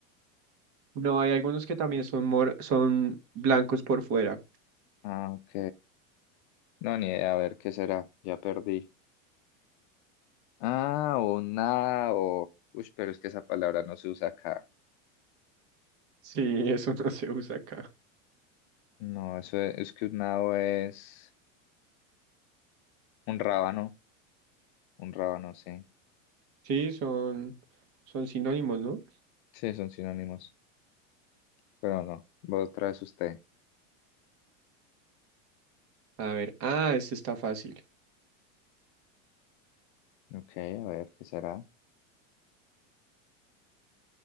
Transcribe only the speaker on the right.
No, hay algunos que también son mor son blancos por fuera.
Sí, eso <laughs> no se usa acá.
Sí, son, son sinónimos, ¿no?
A ver, ah, este está fácil.